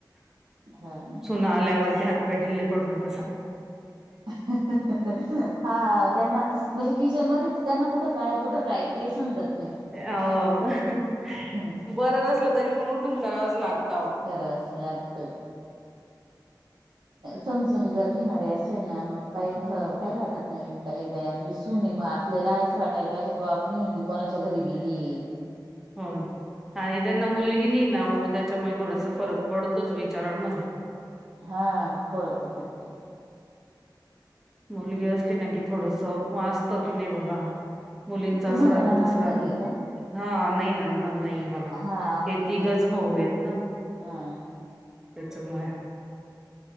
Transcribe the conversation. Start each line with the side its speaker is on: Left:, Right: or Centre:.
Centre: <unintelligible>
Right: हं....
Centre: सुनाआल्यावरती हात- पाय ठिले पडून जात.
Right: हह हह हा त्यांना... म्हणजे किचनमध्येच त्यांना कुठं काय कुठं काय ते समजत नाही.
Centre: हो हह
Right: हम्म
Centre: बरं नसलं तरी पण उठून करावंच लागत.
Right: करावच लागतं. समजून जर घेणारे असले ना मग काहीच
Centre: हम्म
Right: काही वाटत. नाही काही बाई आपली सूनये. मग आपल्याला असं वाटायला पाहिजे की बा आपली मुली कोणाच्या घरी गेलीये.
Centre: हं आणि ज्यांना मुलगी नाही नाओ मग त्याच्यामुळे थोडासा फरक पडतोच विचारांमध्ये.
Right: हा पडतो पडतो.
Centre: मुलगी
Right: पण
Centre: असली
Right: कस
Centre: ना की थोडस वाजत असतं की नाही बाबा मुलींच
Right: तुम्हाला
Centre: अस रात्यात
Right: नणंद
Centre: तसरात्यात
Right: नाहीये का?
Centre: हा नाही ना ननंद नाये. सांगना
Right: हा म्हणूनच
Centre: हे तिघच भाऊे आहेत ना...
Right: हा
Centre: त्याच्या मुळे